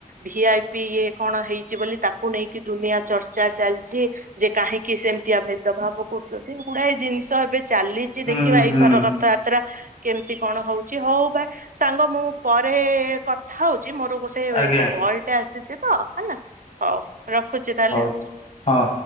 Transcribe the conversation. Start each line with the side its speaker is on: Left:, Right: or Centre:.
Right: ଭି ଆଇ ପି ଇଏ କଣ ହେଇଛି ବୋଲି ତାକୁ ନେଇକି ଦୁନିଆ ଚର୍ଚ୍ଚା ଚାଲିଛି ଯେ କାହିଁକି ସେମିତିଆ ଭେଦଭାବ କରୁଛନ୍ତି ଗୁଡାଏ ଜିନିଷ ଏବେ ଚାଲିଛି
Left: ହୁଁ
Right: ଦେଖିବା ଏଇଥର
Left: ହୁଁ
Right: କଥା କେମତି କଣ ହଉଛି ହଉ ଭାଇ ସାଙ୍ଗ ମୁଁ ପରେ କଥା ହଉଛି ମୋର ଗୋଟେ
Left: ଆଜ୍ଞା
Right: କଲ୍ ଟେ ଆସିଛି ତ ହେଲା ହଉ ରଖୁଛି ତାହେଲେ
Left: ହଉ
Right: ଆଉ।
Left: ହଁ।